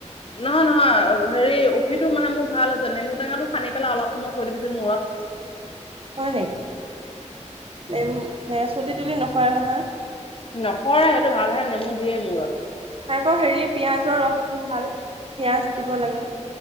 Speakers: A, on the left (about 50°); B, on the right (about 50°).
A: নহয় নহয়, হেৰি উফিটো মানে মোৰ ভাল হৈছে, নেমু টেঙাটো সানি পেলাই অলপ সময় থৈ দিবিচোন মূৰত ৰত।
B: হয় নেকি, নে-নে চুলি তুলি নসৰে নহয়?
A: নসৰে, সেইটো ভালহে, নেমু দিয়ে মূৰত।
B: আকৌ হেৰি পিয়াজৰ ভাল, পিয়াঁজ দিব লাগে।